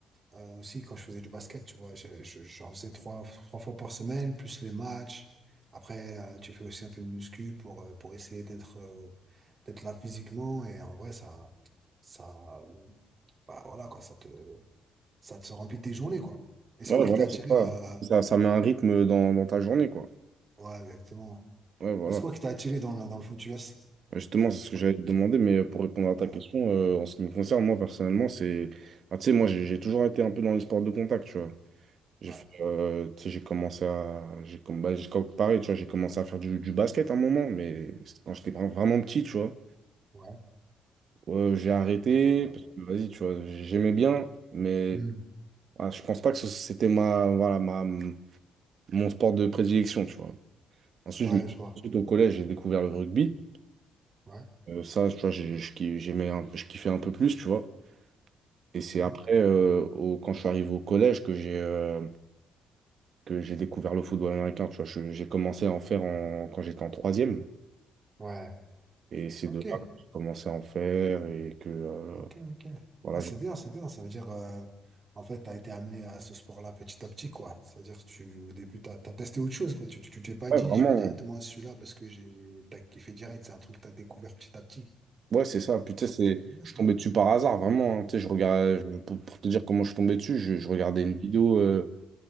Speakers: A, on the right; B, on the right.
A: euh, aussi quand je faisais du basket, tu vois. Je- je- J'en faisais trois, trois fois par semaine, plus les matchs. Après, euh, tu fais aussi un peu de muscu pour, euh, pour essayer d'être euh, d'être là physiquement. Et en vrai, ça, ça, euh, bah, voilà, quoi, ça te, ça te remplit tes journées, quoi. Et c'est
B: Ouais,
A: quoi qui
B: voilà,
A: t'a attiré
B: c'est ça.
A: euh,
B: Ça, ça met un rythme dans, dans ta journée, quoi.
A: Ouais, exactement.
B: Ouais, voilà.
A: Et c'est quoi qui t'a attiré dans, le- dans le foot US?
B: Ouais, Justement, c'est ce que
A: Ouais.
B: j'allais te demander, mais euh, pour répondre à ta
A: Ah.
B: question, euh, en ce qui me concerne, moi, personnellement, c'est... bah, tu sais, moi, j'ai j'ai toujours été un peu dans les sports de contact, tu vois. J'ai
A: Ouais,
B: fait, euh, tu sais, j'ai commencé à. J'ai, comm- bah, j'ai comm- pareil, tu vois, j'ai commencé à faire du, du basket à un moment, mais c'était quand j'étais vra- vraiment petit, tu vois.
A: ouais,
B: Euh, j'ai arrêté,
A: euh,
B: parce que vas-y, tu vois, j'aimais bien, mais
A: Hmm.
B: voilà, je pense pas que ce- c'était ma, voilà, ma, mon sport de prédilection, tu vois. Ensuite,
A: ouais,
B: je me-
A: je vois.
B: ensuite, au collège, j'ai découvert le rugby.
A: Ouais,
B: Euh, ça, tu vois, j'ai- je ki- j'aimais un- je kiffais un peu plus, tu vois. Et c'est
A: Mhm.
B: après, euh, au- quand je suis arrivé au collège, que j'ai euh, que j'ai découvert le football américain, tu vois. Je- J'ai commencé à en faire en- quand j'étais en troisième.
A: ouais.
B: Et c'est
A: Ok,
B: de là que j'ai commencé à en faire et que euh,
A: ok, ok.
B: voilà,
A: Ouais, c'est
B: j'ai
A: bien, c'est bien. Ça veut dire, euh, en fait, tu as été amené à ce sport-là petit à petit, quoi. C'est-à-dire que tu, au début, tu as, testé autre chose, quoi. Tu, tu, tu t'es pas
B: ouais,
A: dit,
B: vraiment.
A: je vais directement à celui-là parce que j'ai, t'as kiffé direct. C'est un truc que tu as découvert petit à petit.
B: Ouais, c'est ça. Putain,
A: Donc, c'est
B: c'est
A: c'est- ouais,
B: je
A: c'est
B: suis tombé
A: bien.
B: dessus par hasard, vraiment. hein. Tu sais, je regardais je- pour, pour te dire comment je suis tombé dessus, je, je regardais
A: Ouais,
B: une vidéo euh,